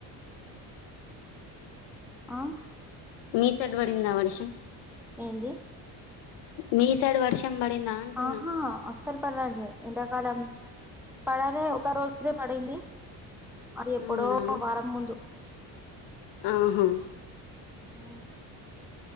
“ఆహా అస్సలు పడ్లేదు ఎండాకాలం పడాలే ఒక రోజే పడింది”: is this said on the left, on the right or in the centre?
Centre